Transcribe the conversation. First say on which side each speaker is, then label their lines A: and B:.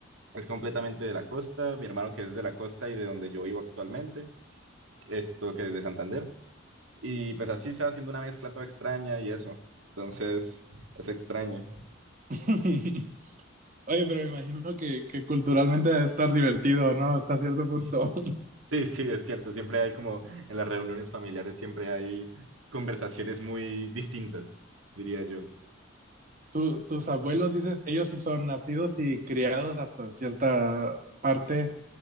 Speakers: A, on the right; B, on the right.
A: es completamente de la costa, mi hermano que es de la costa y de donde yo vivo actualmente, esto que es de Santander. Y pues así se va haciendo una mezcla toda extraña y eso. Entonces, es extraño.
B: <laughs> Oye, pero me imagino que, que culturalmente debe estar divertido, ¿no? Hasta cierto punto.
A: <laughs> Sí, sí, es cierto. Siempre hay como en las reuniones familiares, siempre hay conversaciones muy distintas, diría yo.
B: tu- tus abuelos, dices, ellos sí son nacidos y criados hasta cierta parte